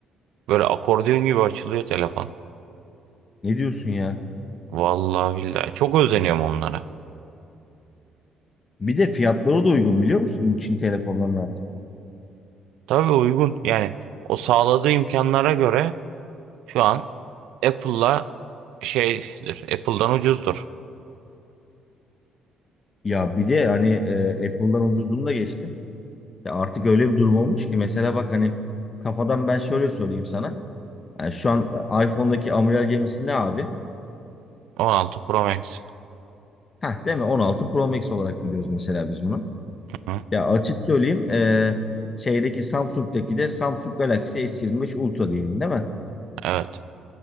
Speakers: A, on the right; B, on the left.
A: Böyle akordeon gibi açılıyor telefon.
B: Ne diyorsun ya?
A: Vallahi billahi. Çok özeniyorum onlara.
B: Bir de fiyatları da uygun biliyor musun bu Çin telefonlarının artık?
A: Tabii uygun. Yani o sağladığı imkanlara göre şu an Apple'la şeydir. Apple'dan ucuzdur.
B: Ya bir de hani e, Apple'dan ucuzunu da geçtim. Ya artık öyle bir durum olmuş ki mesela bak hani kafadan ben şöyle söyleyeyim sana. Yani şu an e, iPhone'daki amiral gemisi ne abi?
A: 16 Pro Max.
B: Heh değil mi? 16 Pro Max olarak biliyoruz mesela biz bunu.
A: Hı,
B: Ya açık söyleyeyim eee, şeydeki Samsung'daki de Samsung Galaxy S25 Ultra diyelim değil mi?
A: evet.